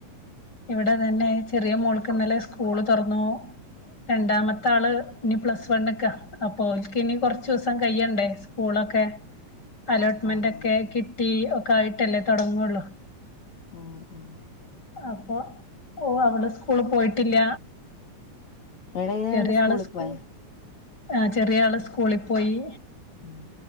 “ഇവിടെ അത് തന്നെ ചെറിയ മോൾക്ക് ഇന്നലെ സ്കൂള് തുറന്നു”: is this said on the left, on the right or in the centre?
Left